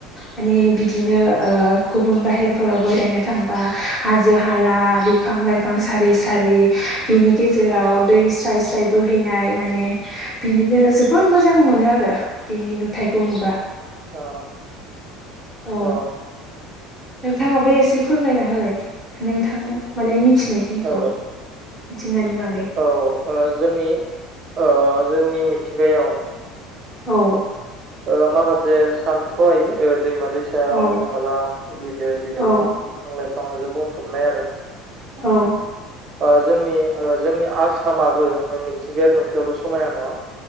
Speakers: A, on the left; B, on the right.
A: माने बिदिनो ओ गुबुन बाहेरफोरावबो <unintelligible> थांबा हाजो हाला बिफां लाइफां सारि सारि बिनि गेजेराव दै स्राय स्राय
B: औ
A: बोहैनाय माने बिदिनो जो बोर मोजां मोनो आरो बिनि नुथायखौ नुबा
B: अ
A: औ
B: अ
A: नोंथाङाबो एसे फोरमायना होलाय नोंथां माने मिथिनायखिनिखौ
B: औ
A: मिथिंगानि बागै
B: अ ओ जोंनि ओ जोंनि मिथिंगायाव
A: औ
B: ओ माखासे सानथ्र'यै ओ दैमा दैसा,
A: औ
B: हाजो हाला, बिलो बिलोमा,
A: औ
B: बिफां लाइफांजों बुंफबनाय आरो
A: औ
B: ओ जोंनि ओ जोंनि आसामाबो मिथिंगायारि नुथायावल' समायना नङा